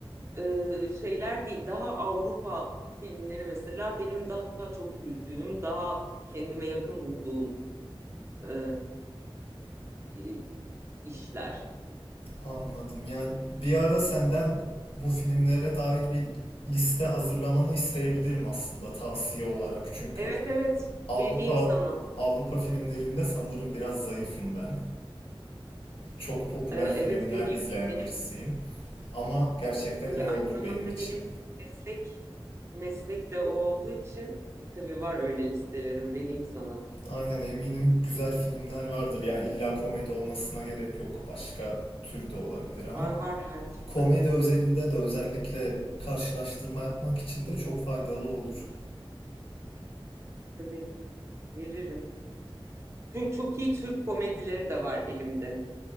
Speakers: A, on the right; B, on the left.
A: e, şeyler değil. Daha Avrupa filmleri mesela benim daha çok güldüğüm, daha kendime yakın bulduğum e, e, işler.
B: Anladım. Yani bir ara senden bu filmlere dair bir liste hazırlamanı isteyebilirim aslında tavsiye olarak. Çünkü
A: Evet
B: Avrupa
A: vereyim sana.
B: Avrupa filmlerinde sanırım biraz zayıfım ben. Çok popüler
A: E, evet
B: filmler
A: vereyim.
B: izleyen
A: Benim
B: birisiyim. Ama gerçekten
A: Tabii
B: iyi
A: aynı
B: olur
A: zamanda
B: benim için.
A: benim meslek meslek de o olduğu için tabii var öyle listelerim vereyim sana.
B: Aynen eminim güzel filmler vardır. Yani illa komedi olmasına gerek yok. Başka tür de olabilir ama
A: Var var her türden.
B: komedi özelinde de özellikle karşılaştırma yapmak için de çok faydalı olur.
A: Tabii veririm. Çok, çok iyi Türk komedileri de var elimde.